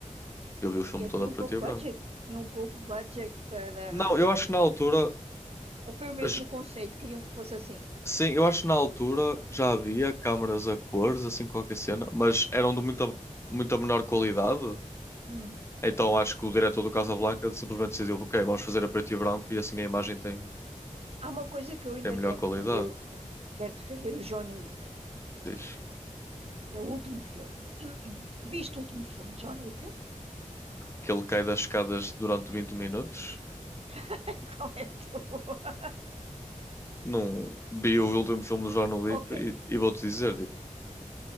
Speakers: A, on the left (about 20°); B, on the right (about 50°).
A: Eu vi o
B: Em
A: filme
B: que tinha
A: todo a preto
B: um pouco
A: e
B: budget.
A: branco.
B: Tinha um pouco budget para.
A: Não, eu
B: hum,
A: acho que na altura.
B: Ou foi o mesmo
A: j-
B: conceito? Queriam que fosse assim.
A: Sim, eu acho que na altura já havia câmaras a cores, assim qualquer cena, mas eram de muita, muita menor qualidade.
B: Hum.
A: Então acho que o diretor do Casablanca simplesmente decidiu,
B: Ah,
A: ok, vamos fazer a preto e branco e assim a imagem tem,
B: há uma coisa que eu ainda
A: tem melhor
B: quero
A: qualidade.
B: defender. o- o- Quero defender o John Wick.
A: Diz
B: que É o último filme. <clears throat> Viste o último filme de John Wick?
A: que ele cai das escadas durante vinte minutos
B: <laughs> Qual é a tua?
A: Não vi o último filme do John Wick
B: Ok.
A: e, e vou-te dizer, tipo,